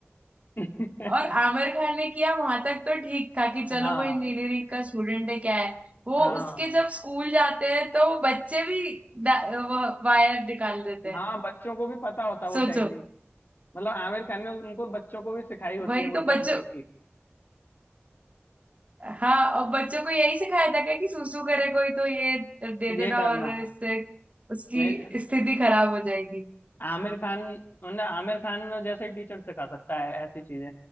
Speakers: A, on the left (about 50°); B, on the right (about 30°).
A: है <laughs>
B: और आमिर खान ने किया वहां तक तो ठीक था कि चलो
A: हाँ
B: वो इंजीनियरिंग का स्टूडेंट है क्या है वो
A: हाँ
B: उसके जब स्कूल जाते हैं तो बच्चे भी वायर निकाल देते हैं
A: हाँ बच्चों को भी पता होता है वो
B: सोचो
A: टेक्निक मतलब आमिर खान ने उनको बच्चों को भी सिखाई होती
B: वही
A: है वो
B: तो
A: टेक्निक
B: बच्चों
A: की
B: हाँ और बच्चों को यही सिखाया था क्या कि सुसु करे कोई तो ये दे देना
A: ये करना
B: और इससे उसकी
A: मैं
B: स्थिति खराब हो जाएगी
A: आमिर खान मतलब आमिर खान जैसे टीचर सिखा सकता है ऐसी चीजें